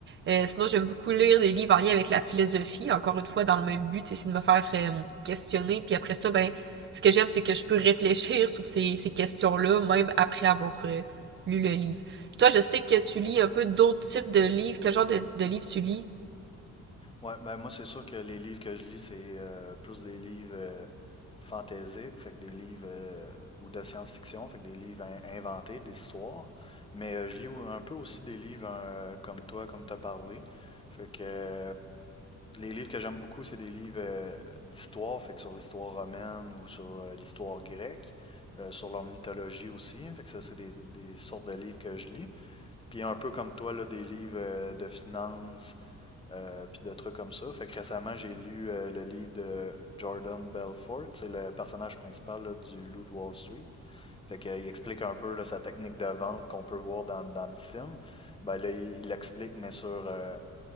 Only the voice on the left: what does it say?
Ouais, ben moi, c'est sûr que les livres que je lis, c'est euh, plus des livres euh, fantaisiques, fait que des livres euh, ou de science-fiction, fait que des livres in- inventés, des histoires. Mais euh, je lis ou- un peu aussi des livres euh, comme toi, comme t'as parlé. Fait que euh, les livres que j'aime beaucoup, c'est des livres euh, d'histoire, fait que sur l'histoire romaine ou sur euh, l'histoire grecque, euh, sur leur mythologie aussi. Fait que ça, c'est des, des sortes de livres que je lis. Puis un peu comme toi, là, des livres euh, de finance, euh, puis de trucs comme ça. Fait que récemment, j'ai lu euh, le livre de Jordan Belfort. C'est le personnage principal là, du Loup de Wall Street. Fait que, euh, il explique un peu là, sa technique de vente qu'on peut voir dans, dans le film. Ben, là, il il l'explique, mais sur euh,